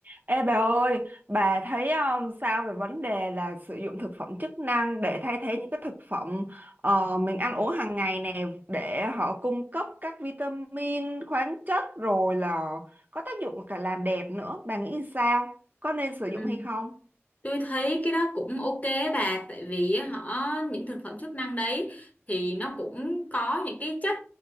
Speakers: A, on the right; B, on the left.
A: Ê bà ơi, bà thấy um, sao về vấn đề là sử dụng thực phẩm chức năng để thay thế những cái thực phẩm ờ, mình ăn uống hàng ngày nè để họ cung cấp các vitamin, khoáng chất rồi là có tác dụng cả làm đẹp nữa. Bà nghĩ sao? Có nên sử
B: Ừ.
A: dụng hay không?
B: Tôi thấy cái đó cũng ok bà tại vì họ những thực phẩm chức năng đấy thì nó cũng có những cái chất